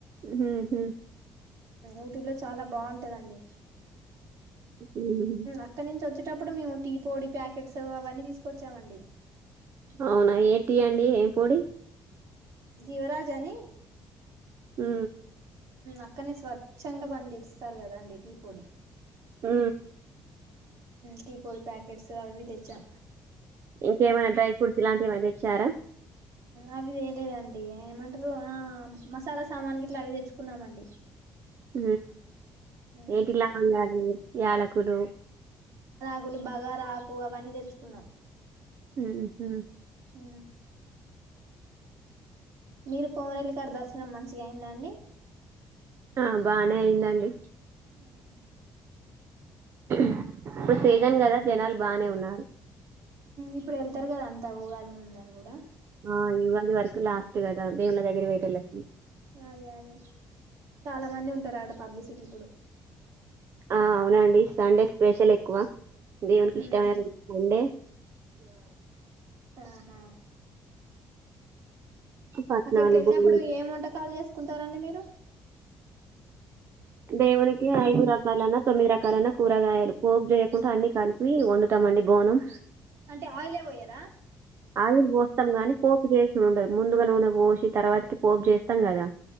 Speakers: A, on the right; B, on the right.
A: హమ్ హ
B: ఊటిలో చాలా బాగుంటదండి
A: హ్మ్.
B: అక్కడి నుంచి వ వచ్చేటప్పుడు మేము టీ పొడి ప్యాకెట్స్ అవన్నీ తీసుకొచ్చామండి
A: అవునా ఏ టీ అండి ఏం పొడి
B: జీవరాజాని
A: ఆ
B: అక్కడనే స్వచ్ఛంగా పండిస్తారు కదా అండి టీ పొడి
A: హ
B: టీపోడ్ ప్యాకెట్స్ అవి విధచ్చా
A: ఇంకేమైన్నా డ్రై ఫ్రూట్స్ ఇలాంటి ఏమైనా తెచ్చారా
B: అవిదిేలేదండి ఏమంటారు మసాలా సామాన్ గ ఇట్లా అవి తెచ్చుకున్నామండి
A: హ
B: ఉమ్
A: ఏటిలా ఉండాలి యాలకులు
B: ఆగులు బగ ఆకు అవన్నీ తెచ్చుకున్నాం
A: ఉ
B: హ మీరు కోమరెల్లికాడ దర్శనం మంచిగా అయిందండి
A: ఆ బానే అయిందండి
B: ఉహు
A: వో ఇప్పుడు సీజన్ కదా జనాలు బగానే ఉన్నారు
B: ఇప్పుడు వెళ్తారు కదా అంతా అ బ కాద ముందుని కూడా
A: ఆ ఇవ వర లాస్ట్ కద ఉంది అన్న దగ్గర పోయటలా
B: అదే అదే చాలా మంది ఉంటారు ఆడ పబ్లిసిటీ ఇప్పుడు
A: ఆ అవునండి సండే స్పెషల్ ఎక్కువ దేవునికి
B: ఉహు
A: ఇష్టమైన మండే
B: ఆహా
A: పట్నాలు,
B: అక్కడికి వెళ్ళినప్పుడు
A: బూరెలు
B: ఏం వంటకాలు చేసు ఒకుంటారంండి మీరు
A: దేవునికి ఐదు రకాలన్నా తొమ్మిది రకాలన్నా కూరగాయలు పోపు చేయకుండా అన్ని కలిపి వండుతామండి బోనం
B: అంటే ఆయిలే ఏ పోయారా
A: ఆయిల్ పోస్తాం గానీ పోపు చేసి ఉండది ముందుగా నూనె పోసి తర్వాతకి పోపు చేస్తాం కదా